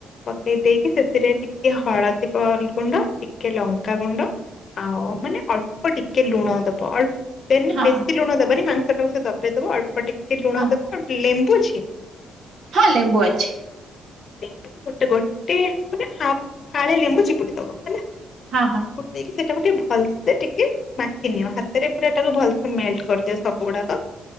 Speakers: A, on the left; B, on the right.
A: ପକେଇ ଦେଇକି ସେଥିରେ ଟିକେ ହଳଦୀ ଗୁଣ୍ଡ ଟିକେ ଲଙ୍କା ଗୁଣ୍ଡ। ଆଉ ମାନେ ଅଳ୍ପ ଟିକେ ଲୁଣ ଦବ ଅଳ୍ପ ଦେନ ରେ
B: ହଁ
A: ବେଶୀ ଲୁଣ ଦବନି ମାଂସଟାକୁ ସେ ଦପେଇଦବ ଅଳ୍ପ ଟିକେ ଲୁଣ
B: ହଁ
A: ଦବ ଆଉ ଲେମ୍ବୁ ଅଛି।
B: ହଁ ଲେମ୍ବୁ ଅଛି।
A: ଲେମ୍ବୁ ଗୋଟେ ଗୋଟେ ମାନେ ହାପ୍ ଫାଳେ ଲେମ୍ବୁ ଚିପୁଡି ଦବ ହେଲା।
B: ହଁ ହଁ।
A: ଚିପୁଡ଼ି ଦେଇକି ସେଇଟାକୁ ଟିକେ ଭଲସେ ଟିକେ କାଟିନିଅ ହାତରେ ପୁରା ତାକୁ ଭଲସେ ମେଲ୍ଟ କରିଦିଅ ସବୁ ଗୁଡାକ।